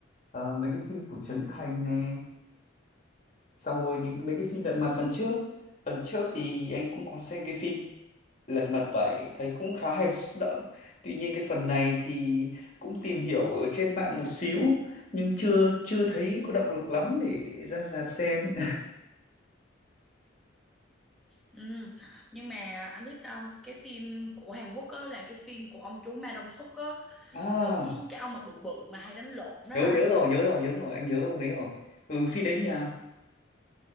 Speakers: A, on the left; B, in the centre.
A: Ờ, mấy cái phim của Trấn Thành nè xong rồi đến mấy cái phim Lật Mặt phần trước phần trước thì anh cũng có xem cái phim Lật Mặt bảy thấy cũng khá hay và xúc động tuy nhiên cái phần này thì cũng tìm hiểu ở trên mạng một xíu nhưng chưa chưa thấy có động lực lắm để ra rạp xem
B: Ừm, nhưng mà anh biết sao không? cái phim của Hàn Quốc á là cái phim của ông chú Ma Đông Xuất á
A: <laughs> à
B: cũng cái ông mà bự bự mà hay đánh lộn đó
A: nhớ
B: anh.
A: nhớ rồi nhớ rồi nhớ rồi anh nhớ ông đấy rồi ừ phim đấy như nào